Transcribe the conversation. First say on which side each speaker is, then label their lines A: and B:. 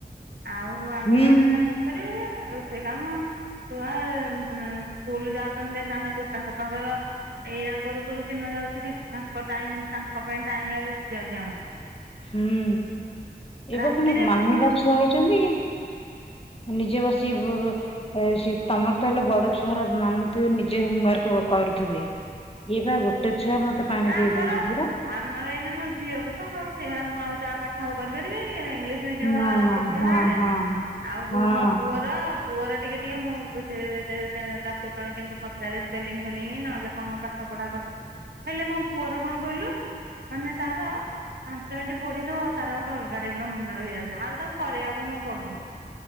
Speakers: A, on the right (about 75°); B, on the left (about 35°).
A: ଆଉ ଆମେ
B: ହୁଁ
A: ମାନେ ହେରା କରିପାରିବା କି ହେରା, ରୋଷେଇ କାମ ଛୁଆ-ଆ ସ୍କୁଲ ଯାଉଛନ୍ତି, ତାଙ୍କ ଜୋତା ସପା କର। ଏଇରା କରୁ କରୁ ଦିନ ଯାଉଛି, ଖାଲି ତାଙ୍କ ଟାଇମ୍ ତାଙ୍କ ପାଇଁ ଟାଇମ୍ ରା ବେଶି ଯାଉଛି ଆମର।
B: ହୁଁ, ଏବେ
A: ରାତିରେ
B: ପୁଣି ମାନିବା
A: ମୁଁ
B: ଛୁଆ ହେଇଛନ୍ତି କି? ନିଜେ ବସି ବ-ବ ସିଏ ତମର ତ ହେଲେ ବଡ ଛୁଆରା ମାନୁଥିବେ ନିଜେ ହୋମ ୱାର୍କ କରୁଥିବେ। ଇଏ ବା ଗୋ ଗୋଟେ ଛୁଆ
A: ଉଁ
B: ମତେ ପାଣି
A: ଆମର
B: ପିଏଇ ଦଉଛି ପୁରା।
A: ଆମର ଏଇନେ ମୋ ଝିଅକୁ ତ, ସେୟା ମୁଁ ଆଉ ତା ପାଠ ଆଉ କରିପାରିବି କି? ଏରା ଇଂଲିଶ ଇଂଲିଶ ମିଡିଅମ୍
B: ନା
A: ର ଏରା
B: ନା
A: କେତେ
B: ହଁ
A: ହାଡେ,
B: ହଁ
A: ଆଉ
B: ହଁ
A: ବୋ ମୋ ପୁଅର ପୁଅର ଟିକେ ଟିକେ ମୁଁ <unintelligible> ତାକୁ କେତେବେଳେ କେମିତି ପଚାରେ ସ୍ପେଲିଂ ଫେଲିଂ ନହେଲେ କଣ ପା ପାଠ ପଢା କର ହେଲେ ମୋ ପୁଅର କଣ କହିଲୁ? ମାନେ ତାର ପାଞ୍ଚ ମିନିଟ୍ ପଢି ଦବ। ତାର ଗୋଟେ ଅଲଗା ଟାଇପ୍ ର ମନ ରହିଯାଉଛି, ଆଉ ତାକୁ କରେଇଆକୁ ମୁଁ ପଡୁନି।